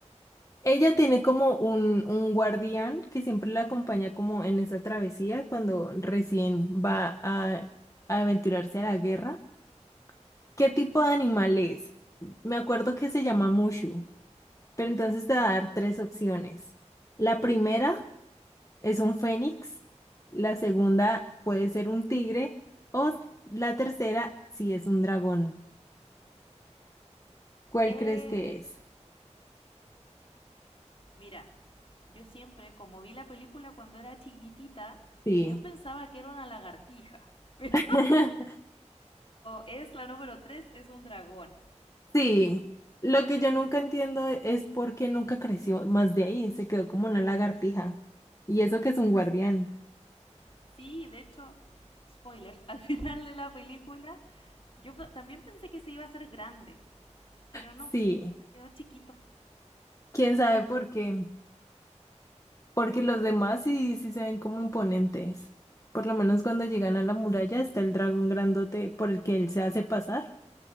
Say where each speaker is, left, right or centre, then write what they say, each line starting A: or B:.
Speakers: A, on the left (about 25°); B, on the left (about 50°).
A: Ella tiene como un, un guardián que siempre la acompaña como en esa travesía cuando recién va a a aventurarse a la guerra. ¿Qué tipo de animal es? Me acuerdo que se llama Mushu. Pero entonces te va a dar tres opciones. La primera es un fénix, la segunda puede ser un tigre o la tercera si es un dragón. ¿Cuál
B: Es...
A: crees que es?
B: Mira, yo siempre, como vi la película cuando era chiquitita,
A: Sí.
B: yo pensaba que era una lagartija. <laughs> Pero,
A: <laughs>
B: es la número 3, es un dragón.
A: Sí. Lo que yo nunca entiendo es por qué nunca creció más de ahí, se quedó como una lagartija. Y eso que es un guardián.
B: Sí, de hecho, spoiler, <laughs> al final de la película yo pe- también pensé que se iba a hacer grande, pero no,
A: Sí.
B: se quedó chiquito,
A: ¿Quién sabe por qué? Porque los demás sí, sí se ven como imponentes. Por lo menos cuando llegan a la muralla está el dragón grandote por el que él se hace pasar.